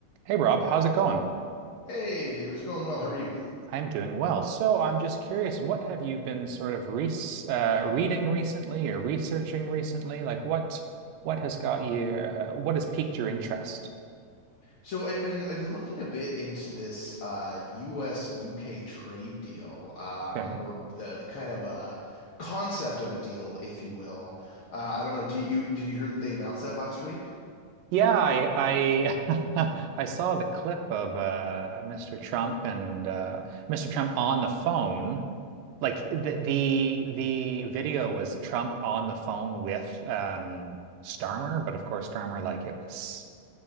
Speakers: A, on the right; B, on the left.
A: Hey Rob, how's it going?
B: Hey David, it's going well. How are you?
A: I'm doing well. So I'm just curious, what have you been sort of re uh, reading recently or researching recently? Like what what has got you uh, what has piqued your interest?
B: So I've been I've been looking a bit into this uh, U.S. UK trade deal, um,
A: Okay.
B: or the the kind of uh, concept of a deal, if you will. Uh, I don't know. Do you did you hear that they announced that last week?
A: Yeah, I I <laughs> I saw the clip of uh, Mr. Trump and uh, Mr. Trump on the phone. Like the the the video was Trump on the phone with um, Starmer, but of course Starmer like it was.